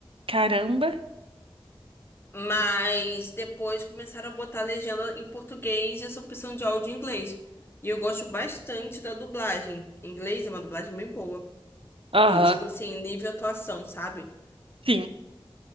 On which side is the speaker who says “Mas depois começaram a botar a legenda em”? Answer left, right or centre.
Left